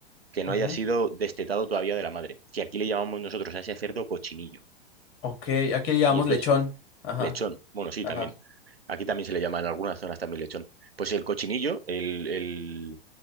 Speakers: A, on the right; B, on the left.
A: que
B: Ajá.
A: no haya sido destetado todavía de la madre, que aquí le llamamos nosotros a ese cerdo cochinillo.
B: Ok, aquí le llamamos
A: Y entonces
B: lechón. Ajá,
A: Lechón, bueno, sí,
B: ajá.
A: también. Aquí también se le llama en algunas zonas también lechón. Pues el cochinillo, el, el-